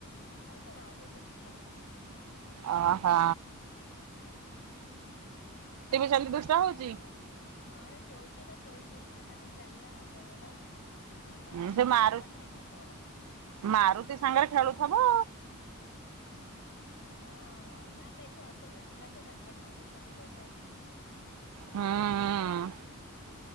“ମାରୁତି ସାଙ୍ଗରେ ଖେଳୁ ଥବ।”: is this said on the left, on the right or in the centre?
Right